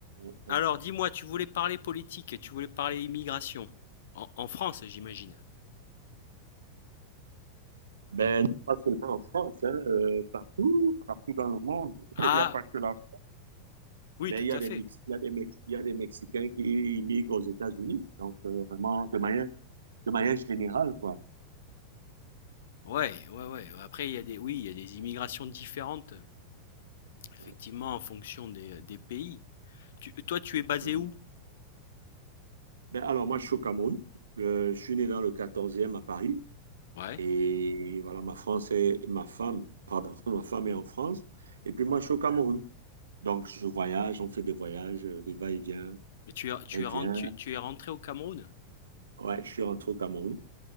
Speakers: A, on the right; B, on the left.
A: Ouais.
B: Alors dis-moi, tu voulais parler politique, tu voulais parler immigration. En, en France, j'imagine.
A: Ben, pas seulement en France, hein, euh, partout, partout dans le monde.
B: Ah,
A: <laughs> Il n'y a pas que la France.
B: oui,
A: Mais
B: tout
A: il y a
B: à
A: des
B: fait.
A: Mex- il y a des Mex- il y a des Mexicains qui immigrent aux États-Unis. Donc, euh, vraiment, de manière, de manière générale, quoi.
B: Ouais, ouais, ouais. Après, il y a des, oui, il y a des immigrations différentes, effectivement,
A: Ouais.
B: en fonction des, des pays. Tu- toi, tu es basé
A: Mhm.
B: où?
A: Ben, alors, moi, je suis au Cameroun. Euh, je suis né dans le 14e à Paris.
B: Ouais.
A: Et voilà, ma France est, ma femme, pardon, <laughs> ma femme est en France. Et puis, moi, je suis au Cameroun. Donc, je voyage, on fait des voyages, euh, des va-et-vient.
B: Et tu es, tu
A: Elle
B: es,
A: vient.
B: ren- tu, tu es rentré au Cameroun?
A: Ouais, je suis rentré au Cameroun.